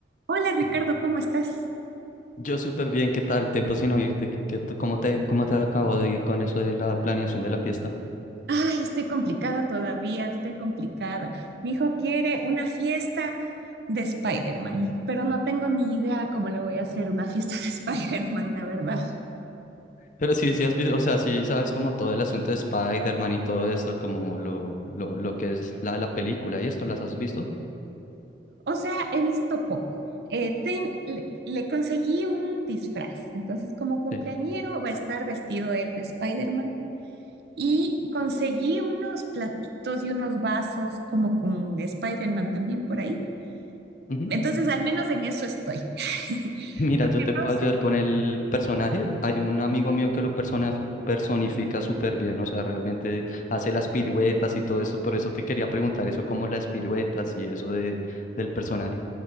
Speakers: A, on the right; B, on the left.
A: Hola Ricardo, ¿cómo estás?
B: Yo súper bien, ¿qué tal? Tiempo sin oírte. ¿Qué, qué- tú- cómo te, cómo te acabo de ir con eso de la planeación de la fiesta?
A: Ay, estoy complicada todavía, estoy complicada. Mi hijo quiere una fiesta de Spider-Man, pero no tengo ni idea cómo le voy a hacer una fiesta de <laughs> Spider-Man, la verdad.
B: Pero sí, sí has visto, o sea, sí sabes como todo el asunto de Spider-Man y todo esto, como lo, lo, lo que es la, la película y esto, ¿las has visto?
A: O sea, he visto poco. Eh, ten- le, le conseguí un disfraz, entonces como cumpleañero
B: Sí.
A: va a estar vestido él de Spider-Man. Y conseguí unos platitos y unos vasos como con Spider-Man también por ahí
B: Ujú.
A: Entonces, al menos en eso estoy. <laughs>
B: <laughs> Mira,
A: Lo
B: yo
A: que
B: te
A: no
B: puedo
A: sé.
B: ayudar con el personaje. Hay un amigo mío que lo persona, personifica súper bien, o sea, realmente hace las piruetas y todo eso. Por eso te quería preguntar eso, como las piruetas y eso de, del personaje.